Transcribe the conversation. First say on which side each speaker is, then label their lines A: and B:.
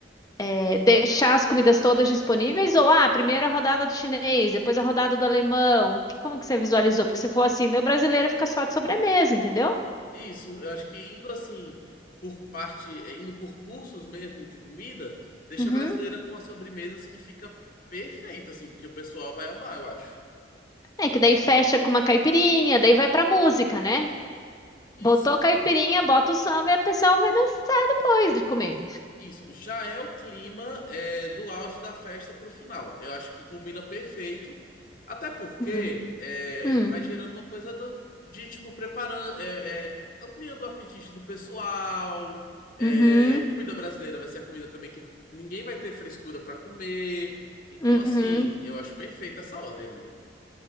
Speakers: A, on the left; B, on the left.
A: é, deixar as comidas todas disponíveis ou ah, primeiro a rodada do chinês, depois a rodada do alemão? Que- Como que você visualizou? Porque se for assim, daí o brasileiro fica só de sobremesa, entendeu?
B: Isso, eu acho que indo assim, por parte, é, indo por cursos mesmo de comida, deixa
A: Uhum.
B: a brasileira com as sobremesas que fica perfeito, assim, porque o pessoal vai amar, eu acho.
A: É que daí fecha com uma caipirinha, daí vai pra música, né?
B: Isso.
A: Botou caipirinha, bota o samba e a pessoa vai dançar depois de comer.
B: Isso, já é o clima é, do auge da festa para o final. Eu acho que combina perfeito, até porque
A: Hum.
B: é,
A: Hum.
B: vai gerando uma coisa do- de tipo preparando, é, é, ampliando o apetite do pessoal. é,
A: Uhum.
B: comida brasileira vai ser a comida também que ninguém vai ter frescura para comer. Então,
A: Uhum.
B: assim, eu acho perfeita essa ordem, amiga.